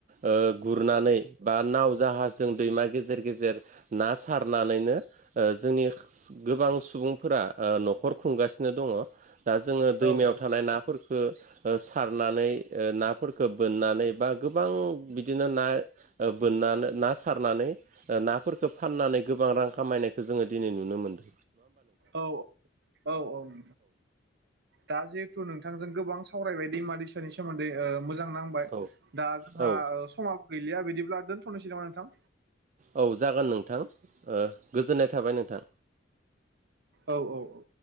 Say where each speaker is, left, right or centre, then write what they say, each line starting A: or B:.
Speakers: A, on the right; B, on the right.
A: ओ गु गुरनानै बा नाव जाहाजजों दैमा गेजेर गेजेर ना सारनानैनो ओ जोंनि गोबां सुबुंफोरा ओ न'खर खुंगासिनो दं। ङ। दा जोङो दैमायाव
B: औ औ
A: थानाय नाफोरफोरखो ओ सारनानै नाफोरख बोननानै बा गोबां बिदिनो ना बोननानै ना सारनानै नाफोर खो फाननानै गोबां रां खामायनायखौ जोङो दिनै नुनो मोन्दो।
B: औ औ औ औ उम दा जिहेथु नोंथांजों गोबां सावरायबाय दैमा-दैसानि सोमोन्दै ओ मोजां नांबाय
A: औ
B: दा जोंहा
A: औ
B: समाबो गैलिया बिदि ब्ला दोनथ'नोसै नामा नोंथां।
A: औ जागोन नोंथां ओ गोजोननाय थाबाय नोंथां।
B: औ औ औ।